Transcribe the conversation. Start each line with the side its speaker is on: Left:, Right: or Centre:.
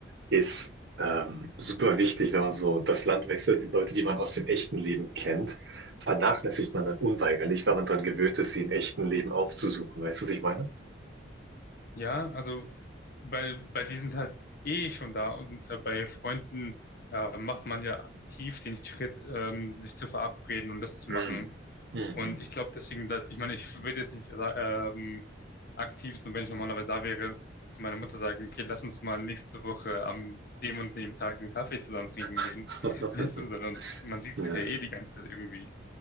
Right: ist ähm, super wichtig, wenn man so das Land wechselt. Die Leute, die man aus dem echten Leben kennt, vernachlässigt man dann unweigerlich, weil man daran gewöhnt ist, sie im echten Leben aufzusuchen. Weißt du, was ich meine?
Left: Ja, also weil, weil die sind halt eh schon da und äh, bei Freunden äh, macht man ja aktiv den Schritt, ähm, sich zu verabreden und das zu
Right: Mm.
Left: machen.
Right: Mhm.
Left: Und ich glaube deswegen, dass, ich meine, ich würde jetzt nicht ähm, aktiv, nur wenn ich normalerweise da wäre, zu meiner Mutter sagen, okay, lass uns mal nächste Woche am dem und dem Tag einen Kaffee zusammen trinken
Right: <laughs>
Left: gehen. <laughs> Weißt du, sondern man sieht
Right: Ja.
Left: sich ja eh die ganze Zeit irgendwie.